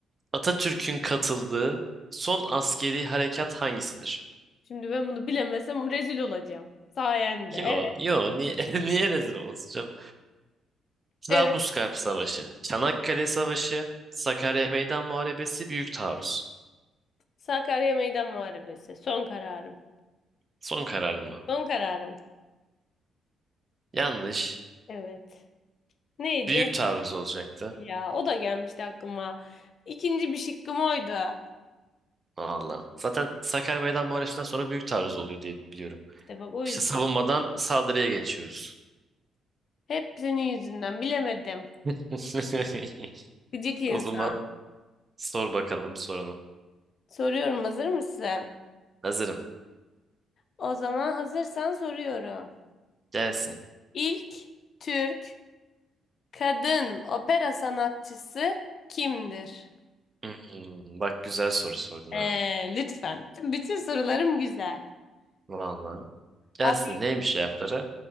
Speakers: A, on the right; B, on the left.
A: Atatürk'ün katıldığı son askeri harekat hangisidir?
B: Şimdi ben bunu bilemesem rezil olacağım. Sayende.
A: Yo,
B: Evet.
A: yo niye, <laughs> niye rezil olacağım? Trablusgarp
B: Evet.
A: Savaşı, Çanakkale Savaşı, Sakarya Meydan Muharebesi, Büyük Taarruz.
B: Sakarya Meydan Muharebesi. Son kararım.
A: Son kararın mı?
B: Son kararım.
A: Yanlış.
B: Evet. Neydi?
A: Büyük Taarruz olacaktı.
B: Ya o da gelmişti aklıma. İkinci bir şıkkım oydu.
A: Valla. Zaten Sakarya Meydan Muharebesi'nden sonra Büyük Taarruz oluyor diye biliyorum.
B: İşte bak o yüzden.
A: İşte savunmadan saldırıya geçiyoruz.
B: Hep senin yüzünden bilemedim.
A: <laughs>
B: Gıcık insan.
A: O zaman sor bakalım sorunu.
B: Soruyorum hazır mısın?
A: Hazırım.
B: O zaman hazırsan soruyorum.
A: Gelsin.
B: İlk Türk kadın opera sanatçısı kimdir?
A: Hmm, bak güzel soru sordun
B: Ee,
A: ha.
B: lütfen. Bütün sorularım güzel.
A: Valla. Gelsin
B: Afi-
A: neymiş cevapları?